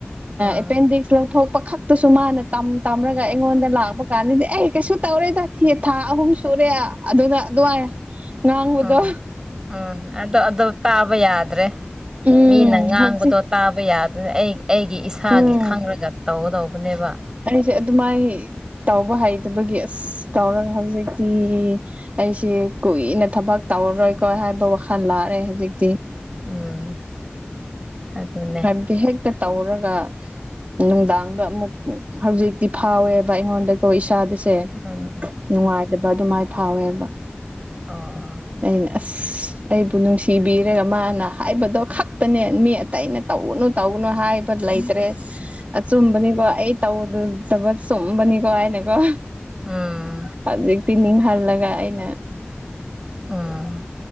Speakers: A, on the right; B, on the right.
A: ꯎꯝ
B: ꯑꯦꯄꯦꯟꯗꯤꯛꯁ ꯂꯧꯊꯣꯛꯄ ꯈꯛ ꯇꯨꯁꯨ ꯃꯥꯅ ꯇꯝ ꯇꯝꯔꯒ ꯑꯩꯉꯣꯟꯗ ꯂꯥꯛꯄ ꯀꯥꯟꯗꯗꯤ ꯑꯩ ꯀꯩꯁꯨ ꯇꯧꯔꯦ ꯊꯥ ꯑꯍꯨꯝ ꯁꯨꯔꯦ ꯑꯗꯨꯅ ꯑꯗꯨꯋꯥꯏ ꯉꯥꯡꯕꯗꯣ
A: ꯎꯝ ꯎꯝ ꯑꯗꯣ ꯑꯗꯨ ꯇꯥꯕ ꯌꯥꯗ꯭ꯔꯦ
B: ꯎꯝ
A: ꯃꯤꯅ ꯉꯥꯡꯕꯗꯣ
B: ꯍꯧꯖꯤꯛ
A: ꯇꯥꯕ ꯌꯥꯗꯅ ꯑꯩ ꯑꯩꯒꯤ ꯏꯁꯥꯒꯤ
B: ꯎꯝ
A: ꯈꯪꯔꯒ ꯇꯧꯒꯗꯧꯕꯅꯦꯕ
B: ꯑꯩꯁꯦ ꯑꯗꯨꯃꯥꯏ ꯇꯥꯎꯕ ꯍꯩꯇꯕꯒꯤ ꯑꯁ ꯇꯧꯔꯒ ꯍꯧꯖꯤꯛꯇꯤ ꯑꯩꯁꯤ ꯀꯨꯏꯅ ꯊꯕꯛ ꯇꯧꯔꯔꯣꯏꯀꯣ ꯍꯥꯏꯕ ꯋꯥꯈꯜ ꯂꯥꯛꯑꯦ ꯍꯧꯖꯤꯛꯇꯤ
A: ꯎꯝ ꯑꯗꯨꯅꯦ
B: ꯍꯥꯏꯕꯗꯤ ꯍꯦꯛꯇ ꯇꯧꯔꯒ ꯅꯨꯡꯗꯥꯡꯗ ꯑꯃꯨꯛ ꯍꯧꯖꯤꯛꯇꯤ ꯐꯥꯎꯋꯦꯕ ꯑꯩꯉꯣꯟꯗꯀꯣ ꯏꯁꯥꯗ ꯁꯦ
A: ꯎꯝ
B: ꯅꯨꯡꯉꯥꯏꯗꯕ ꯑꯗꯨꯃꯥꯏꯅ ꯐꯥꯎꯋꯦꯕ
A: ꯑꯣ
B: ꯑꯩꯅ ꯑꯁ ꯑꯩꯕꯨ ꯅꯨꯡꯁꯤꯕꯤꯔꯒ ꯃꯥꯅ ꯍꯥꯏꯕꯗꯣ ꯈꯛ ꯅꯦ ꯃꯤ ꯑꯇꯩ ꯑꯩꯅ ꯇꯧꯒꯅꯨ ꯇꯧꯒꯨꯅꯨ ꯍꯥꯏꯕ ꯂꯩꯇ꯭ꯔꯦ ꯑꯆꯨꯝꯕꯅꯤꯀꯣ ꯑꯩ ꯇꯧꯗꯗꯕ ꯆꯨꯝꯕꯅꯤꯀꯣ ꯍꯥꯏꯅꯀꯣ
A: ꯎꯝ
B: ꯍꯧꯖꯤꯛ ꯄꯤꯅꯤꯡꯍꯜꯂꯒ ꯑꯩꯅ
A: ꯎꯝ